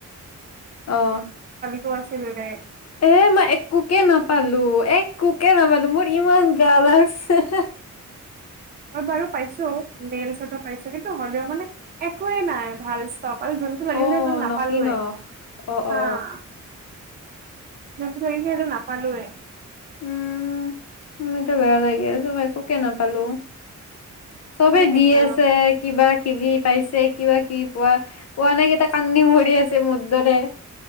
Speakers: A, on the left (about 55°); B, on the right (about 30°).
A: অহ',
B: টো আছিল দে।
A: এ মই একোকে নাপালো- একোকে নাপালো মোৰ ইমান বেয়া লাগছে।
B: মই বাৰু পাইছো নেইলছ এটা পাইছো, কিন্তু, হ'লেও মানে একোৱে নাই ভাল ষ্ট'ক। ভাল জোনটো লাগিল
A: অ
B: সেইটো নাপালোয়ে
A: নকলি নখ অ
B: হা',।
A: অ অ
B: জোনটো লাগিছিল সিটো নাপালোৱে।
A: উম', মোৰ এতিয়া বেয়া লাগি আছে মই একোকে নাপালো। চবে
B: হয় কিন্তু
A: দি আছে কিবা। কিবি পাইছে কিবা কিবি পোৱা-পোৱা নাই কেইটাই কান্দি মৰি আছে মোৰ দৰে